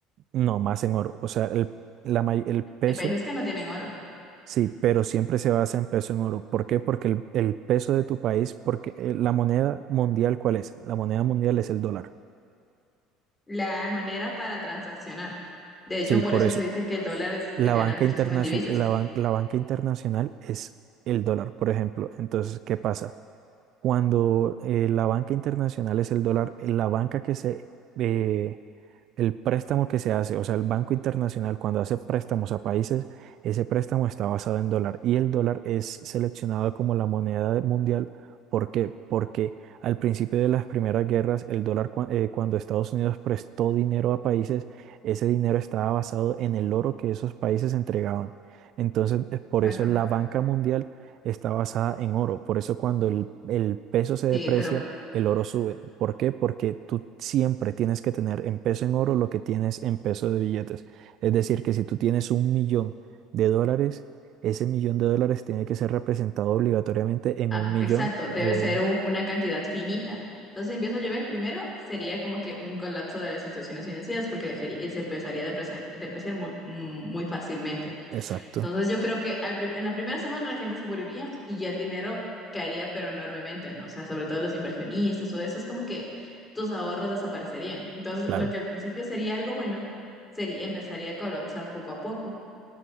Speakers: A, on the right (about 55°); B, on the left (about 20°).
A: no, más en oro, o sea, el, la, may- el peso.
B: en países que no tienen oro,
A: Sí, pero siempre se basa en peso en oro. ¿Por qué? Porque el, el peso de tu país, porque eh, la moneda mundial, ¿cuál es? La moneda mundial es el dólar.
B: la moneda para transaccionar. De
A: Sí,
B: hecho, por
A: por
B: eso
A: eso.
B: se dice que el dólar es
A: La
B: que gana
A: banca
B: muchísimo
A: internacional,
B: en divisas.
A: la ban- la banca internacional es el dólar, por ejemplo. Entonces, ¿qué pasa? Cuando eh, la banca internacional es el dólar, eh, la banca que se, eh, El préstamo que se hace, o sea, el Banco Internacional cuando hace préstamos a países, ese préstamo está basado en dólar y el dólar es seleccionado como la moneda mundial. ¿Por qué? Porque al principio de las primeras guerras, el dólar, cua- eh, cuando Estados Unidos prestó dinero a países, ese dinero estaba basado en el oro que esos países entregaban. Entonces, eh, por
B: Exacto.
A: eso la banca mundial está basada en oro. Por eso cuando el el peso se deprecia,
B: Sí, pero
A: el oro sube. ¿Por qué? Porque tú siempre tienes que tener en peso en oro lo que tienes en peso de billetes. Es decir, que si tú tienes un millón de dólares, ese millón de dólares tiene que ser representado obligatoriamente en
B: Ah,
A: un millón.
B: exacto, debe
A: eh,
B: ser un- una cantidad finita. Entonces si empieza a llover, primero sería como que un colapso de las instituciones financieras porque dejaría- se empezaría a depreciar, depreciar mu- mu- muy, fácilmente.
A: exacto,
B: Entonces yo creo que al prim- en la primera semana la gente se moriría y ya el dinero caería pero enormemente, ¿no? O sea, sobre todo los inversionistas, todo eso es como que tus ahorros desaparecerían. Entonces
A: claro.
B: lo que al principio sería algo bueno, sería, empezaría a colapsar poco a poco.